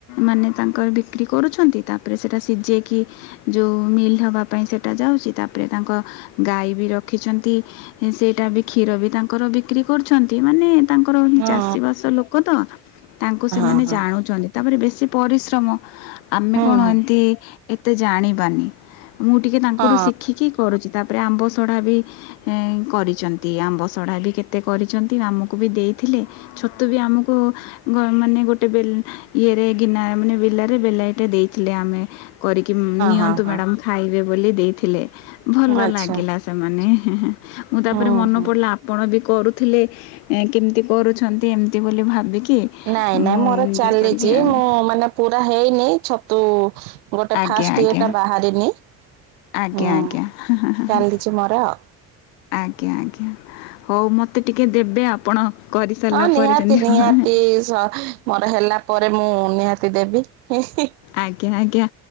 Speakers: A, on the left; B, on the right.
A: ମାନେ ତାଙ୍କର ବିକ୍ରି କରୁଛନ୍ତି ତା ତାପରେ ସେଟା ସିଝେଇକି ଯେଉଁ ମିଲ୍ ହେବା ପାଇଁ ସେଇଟା ଯାଉଛି ତାପରେ ତାଙ୍କ ଗାଈ ବି ରଖିଛନ୍ତି ସେଇଟା ବି କ୍ଷୀର ବି ତାଙ୍କର ବିକ୍ରି କରୁଛନ୍ତି ମାନେ ର
B: ହଁ
A: ଚାଷବାସ ଲୋକ ତା ସେମାନେ
B: ଆଚ୍ଛା ଆଚ୍ଛା ହଁ ହଁ ହଁ
A: ଜାଣୁଛନ୍ତି ତାରେ ବେଶୀ ପରି ସ୍ରମ ଆମେ
B: ହୁଁ
A: କଣ
B: ହୁଁ
A: ଏମତି ଏତେ ଜାଣିବାନି ମୁଁ ଟିକେ ତାଙ୍କଠୁ
B: ହଁ
A: ଶିଖିକି କରୁଛି ତାପରେ ଆମ୍ବ ସଢ଼ା ବି କରିଛନ୍ତି ଆମ୍ବଶଢ଼ା ବି କେତେ କରିଛନ୍ତି ଆମକୁ ବି ଦେଇଥିଲେ ଛତୁ ବି ଆମକୁ ଘ ମାନେ ଗୋଟେ ବେ ଇଏରେ ଗିନା ମାନେ ବେଲାରେ ବେଲାଏଟେ ଦେଇ ଥିଲେ ଆମେ କରିକି ନିଅନ୍ତୁ
B: ହଁ ହଁ ହଁ
A: ମ୍ୟାଡ଼ାମ ଖାଇବେ ବୋଲି ଦେଇଥିଲେ ଭଲ
B: ଆଚ୍ଛା
A: ଲାଗିଲା। ସେମାନେ ହେଁ ହେଁ ମୁଁ ତାପରେ
B: ହୁଁ
A: ମନ
B: ହୁଁ
A: ପଡିଲା ଆ ପଣ ବି କରୁଥିଲେ ଏ କେମିତି କରୁଛନ୍ତି ଏମିତି ବୋଲି ଭାବିକି
B: ନାଇଁ ନାଇଁ
A: ମୁଁ
B: ମୋର ଚାଲିଚି
A: ଇଏ କଲି ଆଉ
B: ମୁଁ ମାନେ ପୁରା ହେଇନି ଛତୁ ଗୋଟେ
A: ଆଜ୍ଞା
B: ଫାଷ୍ଟ
A: ଆଜ୍ଞା
B: ଇଏଟା ବାହାରିନି।
A: ଆଜ୍ଞା
B: ହୁଁ
A: ଆଜ୍ଞା ହଁ ହଁ
B: ଚାଲିଛି
A: ହଁ।
B: ମୋର ଆଉ।
A: ଆଜ୍ଞା ଆଜ୍ଞା ହଉ ମତେ ଟିକେ ଦେବେ ଆପଣ କରିସାରିଲା
B: ହଁ ନିହାତି
A: ପରେ ଯେମିତି
B: ନିହାତି ସ ମୋର ହେଲା ପରେ ମୁଁ ନିହାତି ଦେବି ହିଁ ହିଁ।
A: ଆଜ୍ଞା ଆଜ୍ଞା